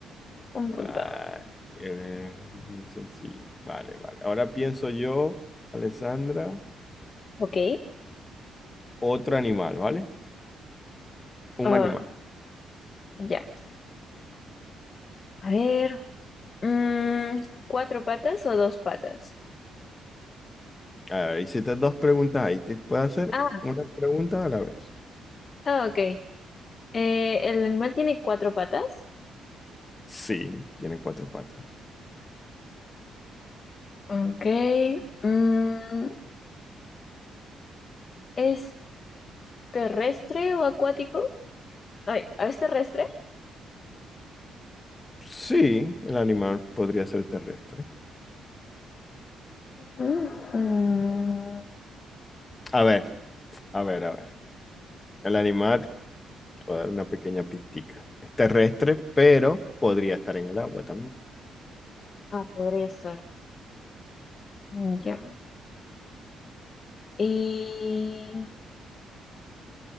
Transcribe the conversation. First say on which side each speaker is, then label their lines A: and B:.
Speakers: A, on the left (about 40°); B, on the left (about 25°).
A: Un punto.
B: Ah, eh, muy sencilla. Vale, vale. Ahora pienso yo, Alessandra,
A: Ok.
B: otro animal, ¿vale? Un
A: Ah,
B: animal.
A: ya. A ver. mm, ¿cuatro patas o dos patas?
B: A ver, hiciste dos preguntas ahí. ¿Te puedo hacer
A: Ah.
B: una pregunta a la vez?
A: Ah, ok. Eh, ¿el animal tiene cuatro patas?
B: Sí, tiene cuatro patas.
A: Ok. mm, ¿es terrestre o acuático? Ay, ¿es terrestre?
B: Sí, el animal podría ser terrestre.
A: Mm, mm,
B: A ver, a ver, a ver. El animal Voy a dar una pequeña pistica. Es terrestre, pero podría estar en el agua también.
A: Ah, podría ser. mm, ya. Y,